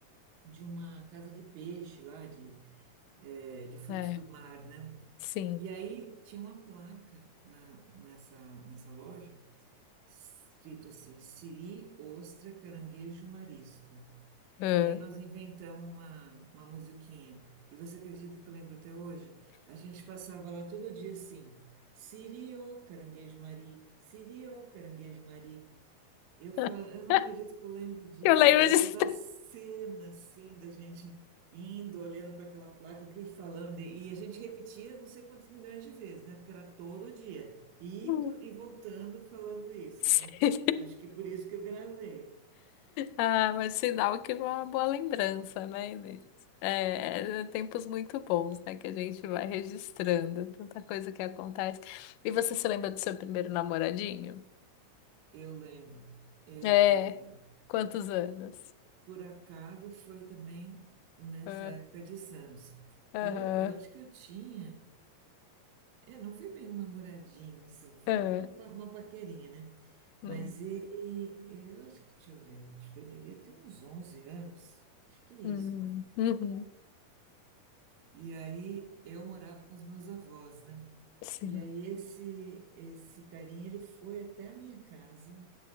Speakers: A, on the right; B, on the left.
A: de uma casa de peixe lá, de, eh, de frutos
B: É,
A: do mar, né?
B: sim.
A: E aí tinha uma placa na, nessa, nessa loja escrito assim, siri, ostra, caranguejo, marisco.
B: Ah.
A: E aí nós inventamos uma, uma musiquinha. E você acredita que eu lembro até hoje? A gente passava lá todo dia assim, siri, ô, caranguejo, mari, siri, ô, caranguejo, mari. Eu, fa-
B: <laughs>
A: eu não acredito que eu lembro disso.
B: Eu lembro
A: Eu lembro
B: disso.
A: da cena, assim, da gente indo, olhando para aquela placa e cri- falando. E, e a gente repetia não sei quantos milhões de vezes, né? Porque era todo dia, indo
B: <laughs>
A: e voltando falando isso,
B: Sim.
A: né? Acho que por isso que eu gravei.
B: Ah, mas sinal que foi uma boa lembrança, né, Inês? É, é tempos muito bons, né, que a gente vai registrando, tanta coisa que acontece. E você se lembra do seu primeiro namoradinho?
A: Eu lembro. É,
B: É, quantos anos?
A: por acaso foi também nessa
B: Ah,
A: época de Santos.
B: Aham,
A: Eu, eu acho que eu tinha. É, não foi bem um namoradinho, assim, foi
B: ah,
A: uma, pa- uma paquerinha, né?
B: hum,
A: Mas ele, eu acho que, deixa eu ver, acho que eu devia ter uns 11 anos, acho que isso.
B: uhum, uhum,
A: E aí eu morava com os meus avós, né?
B: sim.
A: E aí esse, esse carinha, ele foi até a minha casa,